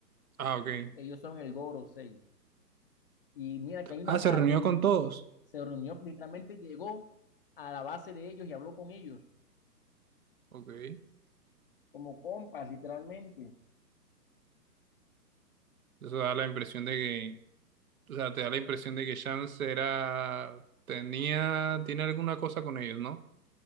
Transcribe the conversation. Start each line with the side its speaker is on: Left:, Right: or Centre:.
Right: Ah, ok.
Left: E, Ellos son el Gorosei. Y mira que hay una
Right: Ah, se
Left: parte,
Right: reunió
Left: de-
Right: con todos.
Left: se reunió, literalmente llegó a la base de ellos y habló con ellos,
Right: Ok.
Left: como compas, literalmente.
Right: Eso da la impresión de que, o sea, te da la impresión de que Chance era, tenía, tiene alguna cosa con ellos, ¿no?